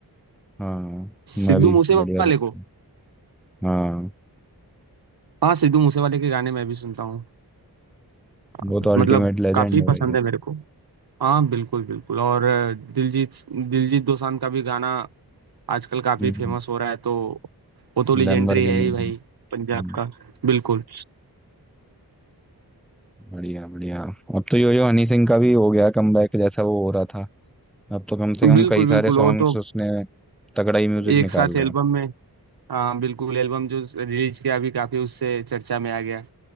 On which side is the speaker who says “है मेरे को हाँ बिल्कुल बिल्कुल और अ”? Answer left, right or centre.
Right